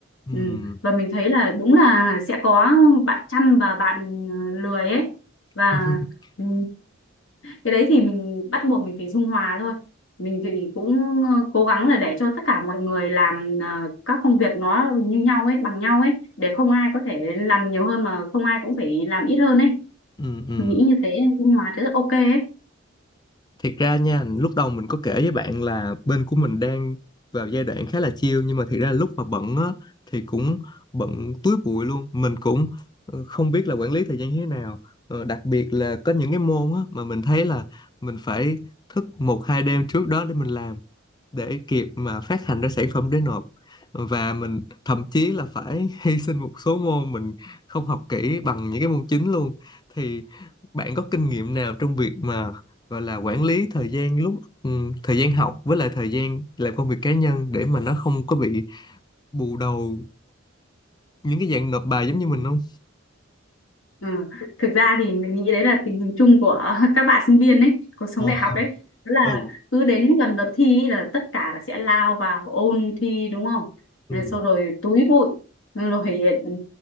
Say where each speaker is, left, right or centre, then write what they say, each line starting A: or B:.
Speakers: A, on the left (about 20°); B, on the left (about 70°).
A: ừ
B: Ừ. Và mình thấy là đúng là sẽ có bạn chăm và bạn lười ấy và
A: <laughs>
B: ừ, cái đấy thì mình bắt buộc mình phải dung hòa thôi mình thì cũng ờ, cố gắng là để cho tất cả mọi người làm ờ, các công việc nó như nhau ấy bằng nhau ấy để không ai có thể làm nhiều hơn mà không ai cũng phải làm ít hơn ấy
A: ừ ừ
B: mình nghĩ như thế dung hòa thì rất ok ấy
A: thiệt ra nha lúc đầu mình có kể với bạn là bên của mình đang vào giai đoạn khá là chill nhưng mà thiệt ra lúc mà bận á thì cũng bận túi bụi luôn mình cũng ờ, không biết là quản lý thời gian như thế nào Ờ, đặc biệt là có những cái môn á mà mình thấy là mình phải thức một hai đêm trước đó để mình làm để kịp mà phát hành ra sản phẩm để nộp và mình thậm chí là phải <laughs> hy sinh một số môn mình không học kỹ bằng những cái môn chính luôn thì bạn có kinh nghiệm nào trong việc mà gọi là quản lý thời gian lúc ừm, thời gian học với lại thời gian làm công việc cá nhân để mà nó không có bị bù đầu những cái dạng nộp bài giống
B: Ừ.
A: như mình không?
B: Ừ. Thực ra thì mình nghĩ đấy là tình hình chung của <laughs> các bạn sinh viên ấy, cuộc sống
A: Ờ,
B: đại học ấy. Đó là
A: Ừ.
B: cứ đến gần đợt thi ấy là tất cả là sẽ lao vào ôn thi đúng không?
A: Ừ.
B: Rồi sau rồi túi bụi, rồi rồi, ừ,